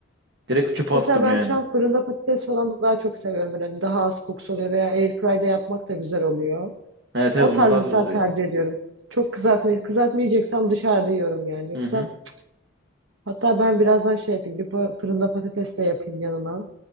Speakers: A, on the right; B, on the right.
A: Direkt çöpe
B: Mesela
A: attım
B: ben
A: yani.
B: şu an fırında patates falan daha çok seviyorum. Yani daha az kokusu oluyor veya airfryer'da yapmak da güzel oluyor.
A: Evet
B: O
A: evet onlar
B: tarz
A: daha
B: mesela
A: güzel oluyor.
B: tercih ediyorum. Çok kızartmayı kızartmayacaksam dışarıda yiyorum yani. Yoksa
A: Hı hı.
B: hatta ben birazdan şey yapayım. Bir pa- fırında patates de yapayım yanına.